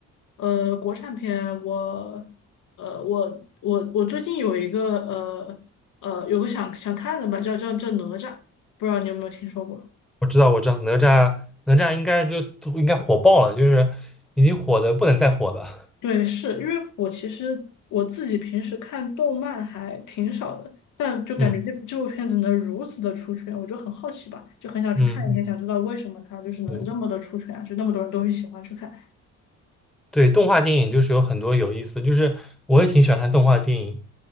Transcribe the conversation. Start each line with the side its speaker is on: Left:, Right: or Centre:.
Left: 呃，国产片我，呃，我我我最近有一个呃呃有个想想看的吧，叫叫叫哪吒，不知道你有没有听说过？
Centre: 我知道，我知道，哪吒哪吒应该就应该火爆了，就是已经火的不能再火了。
Left: 对，是因为我其实我自己平时看动漫还挺少的，但就感觉这部这部片子能如此的出圈，
Centre: 嗯
Left: 我就很好奇吧，就很想去看一看，
Centre: 嗯嗯，
Left: 想知道为什么它就是能这么的出圈啊，
Centre: 对
Left: 就那么多人都会喜欢去看。
Centre: 对，动画电影就是有很多有意思的就是我也挺喜欢看动画电影。